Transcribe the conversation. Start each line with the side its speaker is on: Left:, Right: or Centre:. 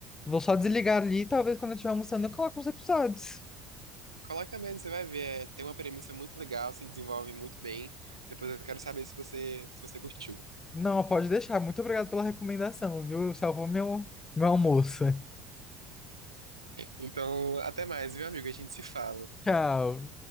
Left: Vou só desligar ali, e talvez quando eu estiver almoçando eu coloque uns episódios.
Right: Coloca mesmo, você vai ver. É, tem uma premissa muito legal, se desenvolve muito bem. Depois eu quero saber se você, se você curtiu. <laughs>
Left: Não, pode deixar. Muito obrigado pela recomendação, viu? Salvou meu, meu almoço.
Right: Então, até mais, viu, amigo? A gente se fala.
Left: <laughs> Tchau.